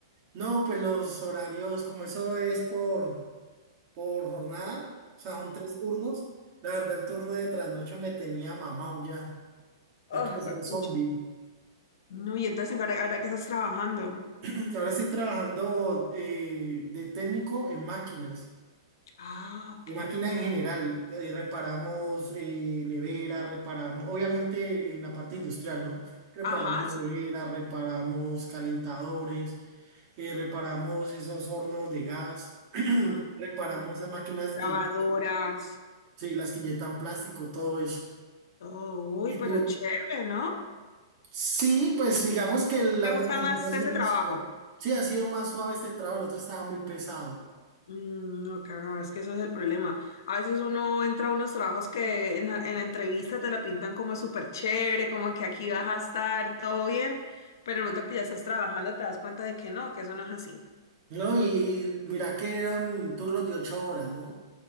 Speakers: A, on the right; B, on the left.
A: No, pues los horarios, como eso es por, por jornada, o sea, son tres turnos. La verdad, el turno de trasnocho me tenía mamado ya,
B: Oh,
A: ya parecía
B: juepucha.
A: un zombie.
B: No, y entonces, ¿en qué- ¿ahora que estás trabajando?
A: <clears throat> Ahora estoy trabajando eh, de técnico en máquinas,
B: Ah, ok.
A: de máquinas en general. Eh, reparamos eh, nevera, reparamos, obviamente en la parte industrial, ¿no? Reparamos
B: Ajá,
A: nevera,
B: sí. <laughs>
A: reparamos calentadores, eh, reparamos esos hornos de gas, <clears throat>
B: Mm,
A: reparamos esas máquinas
B: Lavadoras,
A: que, sí, las que inyectan plástico, todo eso.
B: todo. Uy,
A: ¿Y
B: pero
A: tú?
B: chévere, ¿no?
A: Sí, pues digamos que la
B: ¿Te gusta
A: transición
B: más
A: ha sido
B: ese trabajo?
A: más suave. Sí, ha sido más suave este trabajo, el otro estaba muy pesado.
B: Mm, No, cagado, es que eso es el problema. A veces uno entra a unos trabajos que en la, en la entrevista te la pintan como súper chévere, como que aquí vas a estar todo bien, pero en el momento que ya estás trabajando te das cuenta de que no, que eso no es así.
A: No, y, y mira que eran turnos de ocho horas, ¿no?